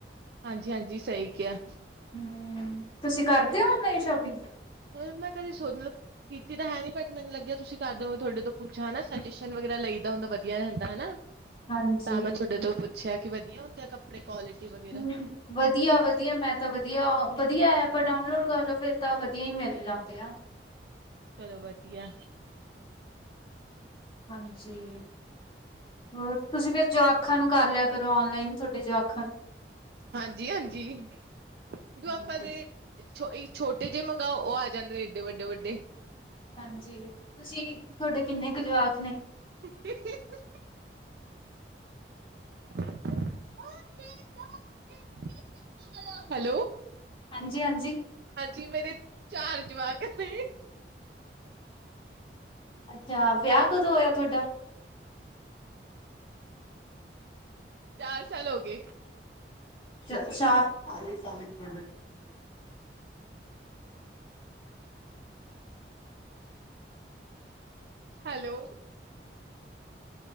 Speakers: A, on the right; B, on the left.
A: ਹਾਂਜੀ, ਹਾਂਜੀ ਸੲਈ ਕੇਆ।
B: ਹਮ ਤੁਸੀਂ ਕਰਦੇ ਓ ਔਨਨਾਈਨ ਸ਼ੋਪਿੰਗ?
A: ਮੈਂ ਕਦੇ ਸੋ ਮਤਲਬ ਕੀਤੀ ਤਾਂ ਹੈ ਨੀ, ਬਟ ਮੈਨੂੰ ਲੱਗੇਆ ਤੁਸੀਂ ਕਰਦੇ ਹੋਗੇ ਥੋਡੇ ਤੋਂ ਪੁੱਛਾਂ ਹਨਾ। ਸਜੈਸ਼ਨ ਵਗੈਰਾ ਲਈਦਾ ਹੁੰਦਾ ਵਦੀਆ ਰੇਂਦਾ ਹਨਾ।
B: ਹਾਂਜੀ
A: ਤਾਂ ਮੈਂ ਥੋਡੇ ਤੋਂ ਪੁੱਛੇਆ ਕੇ ਵਦੀਆ ਹੁੰਦੇ ਆ ਕੱਪੜੇ? ਕੁਆਲਿਟੀ ਵਗੈਰਾ
B: ਹੂੰ, ਵਦੀਆ-ਵਦੀਆ ਮੈਂ ਤਾ ਵਦੀਆ ਬਦੀਐ, ਐਪ ਡਾਊਨਲੋਡ ਕਰ ਲੋ ਫੇਰ। ਤਾਂ ਵਦੀਆਂ ਈ ਮੇਲ ਜਾਂਦੇ ਆ।
A: ਚਲੋ ਵਦੀਆ।
B: ਹਾਂਜੀ। ਹੋਰ ਤੁਸੀਂ ਫੇਰ ਜਵਾਖ ਖਾਂ ਨੂੰ ਕਰ ਲੇਆ ਕਰੋ ਔਨਲਾਈਨ ਥੋਡੇ ਜਵਾਕ
A: ਹਾਂਜੀ, ਹਾਂਜੀ ਜਵਾਕਾਂ
B: ਹਾਂਜੀ
A: ਦੇ ਛੋ ਈ ਛੋਟੇ ਜੇ ਮੰਗਓ ਓ ਆ ਜਾਂਦੇ ਐਡੇ ਵੱਡੇ-ਵੱਡੇ।
B: ਹਾਂਜੀ, ਤੁਸੀਂ ਥੋਡੇ ਕਿੰਨੇ ਕ ਜਵਾਕ ਨੇ?
A: <unintelligible> <unintelligible> ਹੈਲੋ।
B: ਹਾਂਜੀ, ਹਾਂਜੀ
A: ਹਾਂਜੀ ਮੇਰੇ ਚਾਰ ਜਵਾਕ ਨੇ।
B: ਅੱਛਾ, ਵਿਆ ਕਦੋਂ ਹੋਏਆ? ਥੋਡਾ? <inaudible>
A: ਚਾਰ ਸਾਲ ਹੋ ਗੇ।
B: ਅੱਛਾ
A: ਹੈਲੋ।